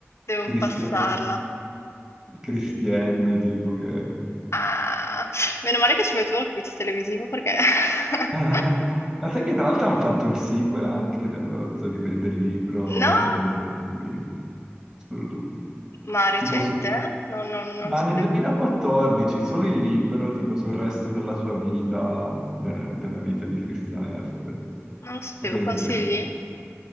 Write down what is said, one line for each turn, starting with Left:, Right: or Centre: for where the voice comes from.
Left: Devo
Right: Christiane,
Left: passarla.
Right: Christiane, tipo che...
Left: Ah, meno male che ci vai tu al quiz televisivo perché... <laughs>
Right: <laughs> Ma sai che tra l'altro hanno fatto il sequel anche dello Zoo di Be- del libro
Left: No?
Right: dello Zoo di Be- sul-
Left: Ma recente?
Right: Tipo, s-
Left: No, no, non
Right: ma
Left: lo sapevo.
Right: nel 2014 solo il libro, tipo sul resto della sua vita, de- della vita di Christian F.
Left: Non lo sapevo.
Right: Super
Left: Consigli?
Right: interessante.